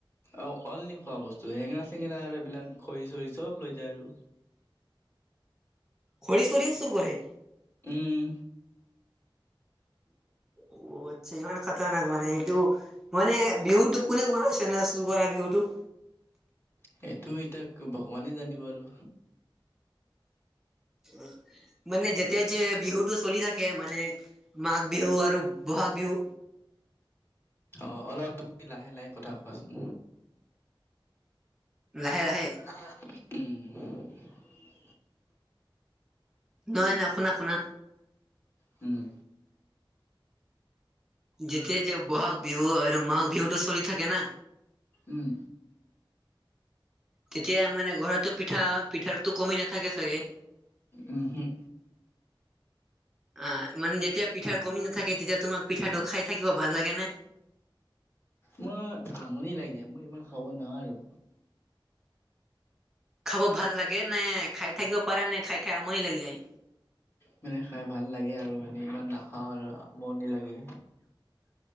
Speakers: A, on the left; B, in the centre.
A: অ', - অনলি খোৱা বস্তু, হেঙেৰা চেঙেৰা আৰু এইবিলাক খৰি চৰি চব লৈ যায় আৰু
B: খৰি চৰিও চুৰ কৰে?
A: উম
B: অ আচ্ছা ইমান খাতাৰনাক্ মানে এইটো মানে বিহুতটো কোনে বনাইছে এনে চুৰ কৰা বিহুতটো?
A: সেইটো এতিয়া ভগৱানে জানিব আৰু।
B: <inaudible> মানে যেতিয়া যে বিহুটো চলি থাকে মানে মাঘ বিহু আৰু বহাগ বিহু।
A: অ অলপ তুমি লাহে লাহে কথা কোৱাচোন।
B: লাহে লাহে
A: উম। <unintelligible>
B: নহয় নহয় শুনা শুনা
A: হম।
B: যেতিয়া যে বহাগ বিহু আৰু মাঘ বিহুটো চলি থাকে না
A: উম।
B: তেতিয়া মানে, ঘৰতো পিঠা, পিঠাৰটো কমি নাথাকে চাগে? আঁ,
A: উম হম
B: মানে যেতিয়া পিঠাৰ কমি নাথাকে, তেতিয়া তোমাক পিঠাটো খাই থাকিব ভাল লাগে নে?
A: মোৰ আমনি লাগে। মই ইমান খাব নোৱাৰো।
B: খাব ভাল লাগে নে? খাই থাকিব পাৰা নে? খাই খাই আমনি লাগি যায়?
A: মানে খাই ভাল লাগে আৰু মানে, ইমান নাখাওঁ আৰু আমনি লাগে।